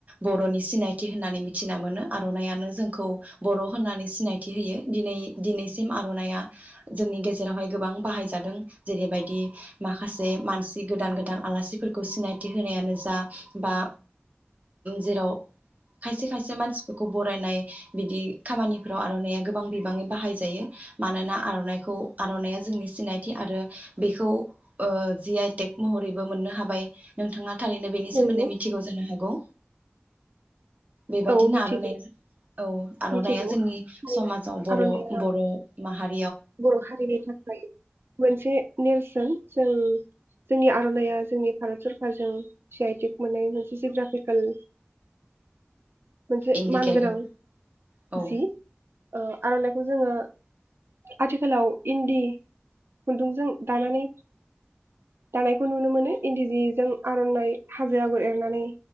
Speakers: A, on the right; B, on the right.
A: बर'नि सिनायथि होननानै मिथिना मोनो। आ आर'नाइयानो जोंखौ बर' होननानै सिनायथि होयो दिनै दिनैसिम आर'नाइया जोंनि गेजेरावहाय गोबां बाहायजादों जेरैबायदि माखासे मानसि गोदान गोदान आलासिफोरखौ सिनायथि होनायानो जा बा, जेराव खायसे खायसे मानसि बेखौ बरायनाय बिदि खामानिफ्राव आर'नाइया गोबां बिबाङै बाहायजायो मानोना आर'नाइखौ आर'नाइया जोंनि सिनायथि आरो बेखौ ओ जि आइ टेक महरैबो मोननो हाबाय। नोंथाङा थारैनो बेनि
B: नंगौ
A: सोमोन्दै मिथिगौ जानो हागौ। बेबायदि
B: औ मिथिगौ
A: नारनाइ औ आर'नाइया
B: मिथिगौ
A: जोंनि
B: थारैनो
A: समाजाव बर'
B: आर'नाइया
A: बर' माहारि
B: बर' हारिनि थाखाय मोनसे नेरसोन जों जोंनि आर'नाइया जोंनि भारत सरकारजों जि आइ टिक मोननाय मोनसे जिग्राफिकेल मोनसे
A: इन्दिकेटआव
B: मान गोनां,
A: औ
B: जि, ओ आर'नाइ खौ जोङो, आथिखालाव इन्दि खुन्दुंजों दानानै, दानायखौ नुनो मोनो इन्दि जिजों आर'नाइ हाजो आगर एरनानै